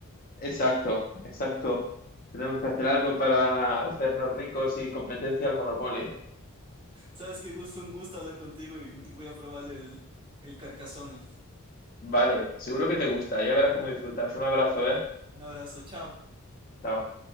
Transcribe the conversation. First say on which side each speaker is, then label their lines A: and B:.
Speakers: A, on the left; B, on the right.
A: Exacto, exacto. Tenemos que hacer algo para hacernos ricos y competencia al Monopoly.
B: Sabes que Gus, fue un gusto hablar contigo y, y voy a probar el, el Carcassonne.
A: Vale, seguro que te gusta. Ya verás cómo disfrutas. Un abrazo, ¿eh?
B: Un abrazo, chao.
A: Chao.